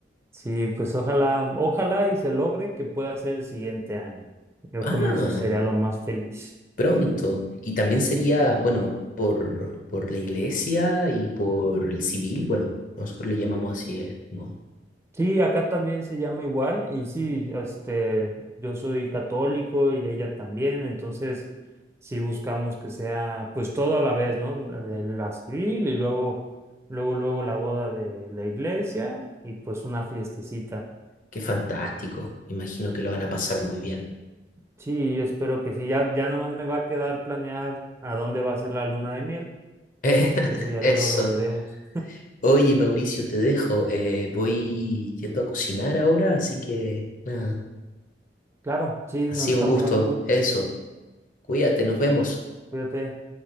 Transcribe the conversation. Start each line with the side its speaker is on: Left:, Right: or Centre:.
Right: Sí, pues ojalá, ojalá y se logre que pueda ser el siguiente año. Yo
Left: Ah,
Right: con eso sería lo más feliz.
Left: pronto. Y también sería, bueno, por, por la iglesia y por el civil, bueno, nosotros le llamamos así, eh, como,
Right: Sí, acá también se llama igual y sí, este, yo soy católico y ella también, entonces sí buscamos que sea pues todo a la vez, ¿no? La de la civil y luego, luego, luego la boda de la iglesia y pues una fiestecita.
Left: qué fantástico, imagino que lo van a pasar muy bien.
Right: Sí, yo espero que sí. Ya, ya nomás me va a quedar planear a dónde va a ser la luna de miel.
Left: <laughs>
Right: Eso ya
Left: Eso.
Right: luego lo veremos.
Left: Oye, Mauricio, te dejo. eh, voy yendo a cocinar ahora, así que nada,
Right: Claro, sí,
Left: ha
Right: nos
Left: sido
Right: estamos
Left: un gusto.
Right: hablando.
Left: Eso, cuídate, nos vemos.
Right: Cuídate.